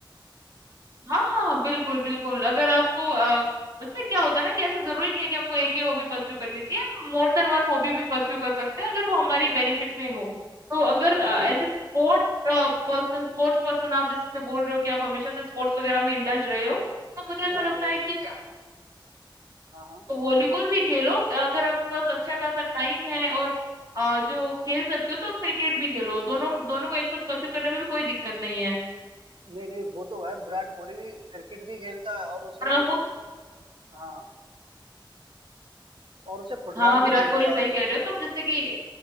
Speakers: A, on the right; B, on the right.
A: हाँ हाँ बिल्कुल बिल्कुल अगर आपको अ, वैसे क्या होता है ना कि ऐसा जरूरी नहीं है कि हमको एक ही हॉबी परस्यू करनी चाहिए हम मोर देन वन हॉबी भी परस्यू कर सकते हैं अगर वो हमारी बेनिफिट में हो तो अगर as
B: बिल
A: a sport person sports person आप जैसे बोल रहे हो कि आप हमेशा से स्पोर्ट्स वगैरह में इंडल्ज रहे हो तो मुझे ऐसा
B: हाँ
A: लगता
B: बिल-
A: है कि
B: हाँ हाँ
A: वॉलीबॉल
B: बिल्कुल
A: भी खेलो
B: बिल्कुल
A: अगर आपके पास अच्छा खासा टाइम है और अ, जो खेल सकते हो तो आप क्रिकेट भी खेलो दोनों दोनों को एक साथ परस्यू करने में भी कोई दिक्कत नहीं है
B: नहीं नहीं वो तो है विराट कोहली भी क्रिकेट भी खेलता है और उसे
A: और आपको
B: हाँ और उसे फुटबॉल
A: हाँ हाँ विराट
B: भी खेलता
A: कोहली सही
B: है
A: कह रहे हो तो जैसे कि